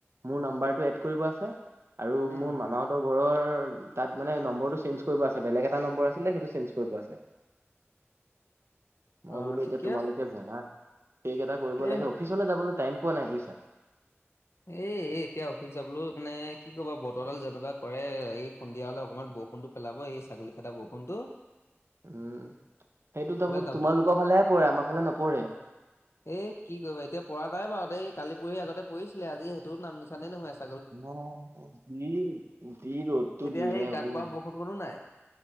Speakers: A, on the right (about 65°); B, on the left (about 70°).
A: মোৰ নাম্বাৰটো এড্‌ কৰিব আছে। আৰু
B: উম
A: মোৰ মামাহঁতৰ ঘৰৰ তাত মানে নম্বৰটো চেঞ্জ কৰিব আছে। বেলেগ এটা নম্বৰ আছিলে সেইটোঞ্জ- গৈ পোৱা আছে। মই
B: অ
A: বোলো
B: ঠিকে
A: এতিয়া তোমালোকে
B: আছে
A: জানা। সেইকেইটা- কৰিব
B: এ
A: লাগে। অফিচলৈ যাবলৈ টাইম পোৱা নাই। বুজছা?
B: এই এ এতিয়া অফিচ যাবলৈও মানে কি কবা বতৰডাল যেনেকুৱা কৰে এই সন্ধিয়া হলে অকমান বৰষুণতো - পেলাব এই ছাগলী খেদোৱা বৰষুনটো।
A: উম, সেইটোত আকৌ
B: তাপতো
A: তোমালোকৰ ফালেহে পৰে আমাৰ ফালে নপৰে।
B: এ কি কৰিবা এতিয়া পৰা নাই বাৰু দেই কালি পঢ়ি আগতে পঢ়িছিলে আজি সেইটোও নাম নিচানেই নহয় আছে।
A: অহ যি যি ৰ'দটো
B: এতিয়া
A: দিয়ে
B: সেই গাত
A: অ।
B: পৰা বৰষুণকনো নাই